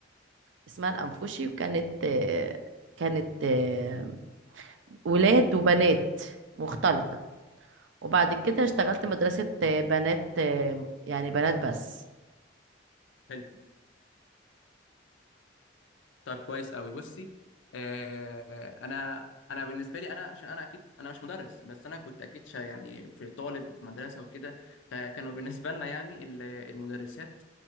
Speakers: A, on the right; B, on the left.
A: اسمها الانفوشي وكانت آه كانت آه ولاد وبنات مختلطة وبعد كده اشتغلت مدرسة آه، بنات آه، يعني بنات بس
B: حلو طيب كويس قوي بصي آه، انا انا بالنسبه لي انا عشان انا اكيد انا مش مدرس بس انا كنت اكيد شا يعني في طالب في مدرسه وكده فكانوا بالنسبه لنا يعني ال- المدرسات